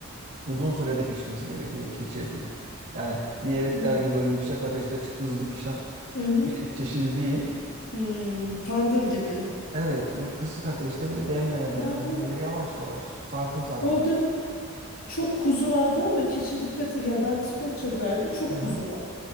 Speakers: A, on the right (about 45°); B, on the left (about 85°).
A: uzun sürede pişmesi gerekiyor keçi etinin. Yani diğer
B: hmm,
A: etler gibi böyle yüksek ateşte hızlı pişen
B: hı hı,
A: bir et çeşidi değil.
B: hmm. Tandır gibi.
A: Evet, böyle kısık ateşte böyle demlene
B: Yani
A: demlene böyle yavaş yavaş sakin
B: o-
A: sakin pişti.
B: da. Çok kuzu vardı ama keçi dikkati yani ben İskoçya'daydım çok
A: Aha.
B: kuzu var.